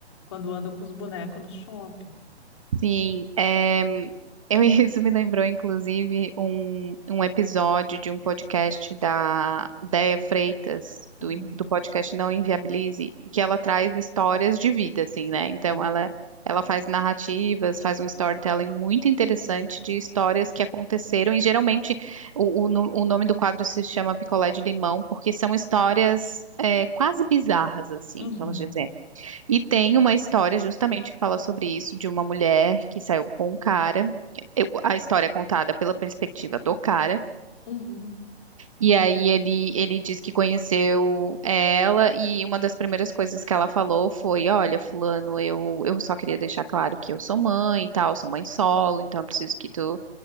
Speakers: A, on the left (about 25°); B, on the right (about 30°).
A: Quando andam com os bonecos no shopping.
B: Sim, é, eu, <laughs> isso me lembrou, inclusive, um, um episódio de um podcast da Déia Freitas,
A: Uhum.
B: do, in- do podcast Não Inviabilize, que ela traz histórias de vida, assim, né? Então,
A: Aham.
B: ela, ela faz narrativas, faz um storytelling muito interessante de histórias que aconteceram, e geralmente o, o, no- o nome do quadro se chama Picolé de Limão, porque são histórias é, quase bizarras, assim,
A: Uhum.
B: vamos dizer. E tem uma história justamente que fala sobre isso, de uma mulher que saiu com um cara. Eu- a história é contada pela perspectiva do cara.
A: Uhum.
B: E aí ele, ele diz que conheceu ela e uma das primeiras coisas que ela falou foi, olha, fulano, eu, eu só queria deixar claro que eu sou mãe e tal, sou mãe solo, então eu preciso que tu